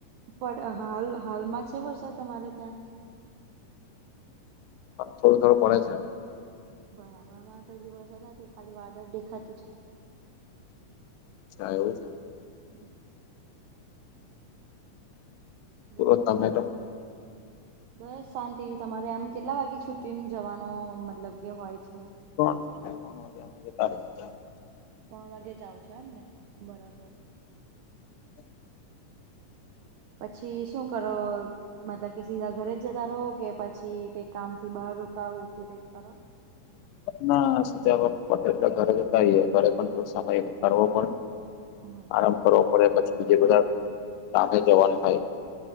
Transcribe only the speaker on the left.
હા થોડો-થોડો પડે છે એમ.
અચ્છા એવું છે.
પૂરો
તમે
<inaudible>
<inaudible>
ના સીધા વર્ક પતે એટલે ઘરે જતા જઈએ ઘરે પણ થોડો સમય નીકળવો પડે.
આરામ કરવો પડે પછી બીજે બધાં કામે જવાનું થાય.